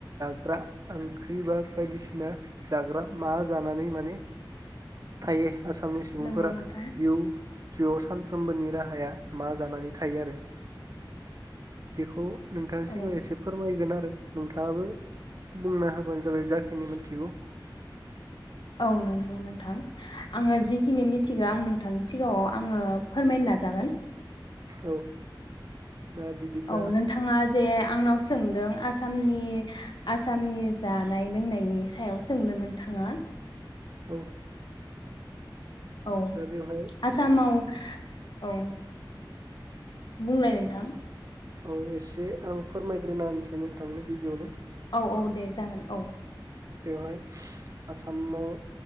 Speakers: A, on the right; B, on the left.
A: जाग्रा ओंख्रि बा बायदिसिना जाग्रा मा जानानै माने थायो। आसामनि सुबुंफोरा
B: नंगौ नोंथां
A: जिउ जिउआव सानफ्रोमबोनि राहाया मा जानानै थायो आरो बेखौ नोंथांनि सिगाङाव
B: औ
A: एसे फोरमायगोन आरो नोंथाङाबो बुंना होबानो जाबाय जाखिनि मोनथिगौ।
B: औ नोंगौ नोंथां। थां आङो जिखिनि मिथिगौ आं नों नोंथांनि सिगाङाव आङो फोरमायनो नाजागोन।
A: औ। दा बिदिब्ला
B: औ नोंथाङा जे आंनाव सोंदों आसामनि आसामनि जानाय लोंनायनि सायाव सोंदों नोंथाङा?
A: औ।
B: औ
A: दा बेवहाय
B: आसामाव औ बुंलाय नोंथां
A: औ एसे आं फोरमायग्रोना होनसै नोंथांनो गिबियावनो
B: औ औ दे जागोन औ
A: बेवहाय आसामाव